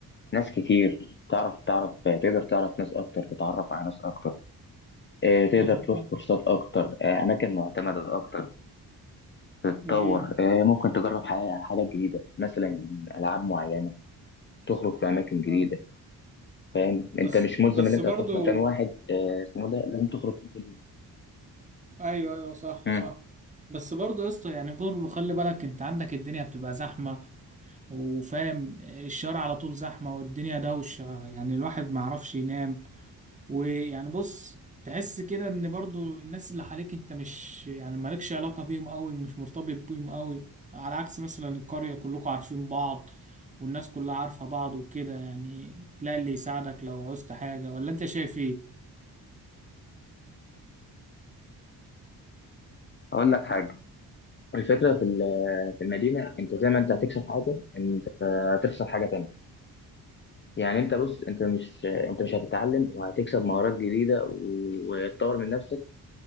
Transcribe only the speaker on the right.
مظبوط
امم
فاهم
بس
بس
برضو
ايوه ايوه صح
صح بس برضو يا اسطى يعني برضو خلي بالك انت عندك الدنيا بتبقى زحمه وفاهم الشارع على طول زحمة والدنيا دوشة يعني الواحد ما يعرفش ينام ويعني بص تحس كده ان برضو الناس اللي حواليك انت مش يعني مالكش علاقة بيهم قوي مش مرتبط بيهم قوي على عكس مثلا القرية كلكم عارفين بعض والناس كلها عارفة بعض وكده يعني تلاقي اللي يساعدك لو عوزت حاجة ولا انت شايف ايه؟